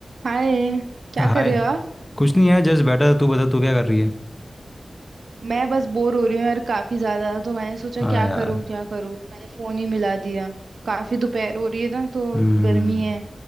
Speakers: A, on the right; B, on the left.
A: हाय क्या
B: हाय
A: कर रहे हो आप
B: कुछ नहीं यार जस्ट बैठा था तू बता तू क्या कर रही है
A: मैं बस बोर हो रही हूँ यार काफी ज्यादा तो मैंने सोचा
B: हाँ
A: क्या
B: यार
A: करूँ क्या करूँ मैंने फोन ही मिला दिया काफी दोपहर हो रही है ना तो
B: हम्म
A: गर्मी है